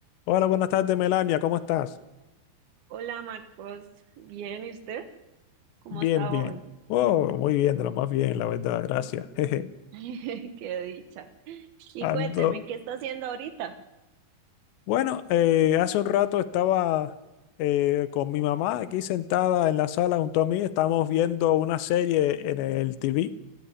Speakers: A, on the left; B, on the right.
A: Hola, buenas tardes, Melania, ¿cómo estás?
B: Hola Marcos, bien, ¿y usted? ¿Cómo
A: Bien,
B: está
A: bien.
B: hoy?
A: Oh, muy bien, de lo más bien, la verdad, gracias. <laughs> Jeje.
B: <laughs> Qué dicha. Y
A: Ando.
B: cuénteme, ¿qué está haciendo ahorita?
A: Bueno, eh, hace un rato estaba eh, con mi mamá aquí sentada en la sala junto a mí. Estábamos viendo una serie en el TV.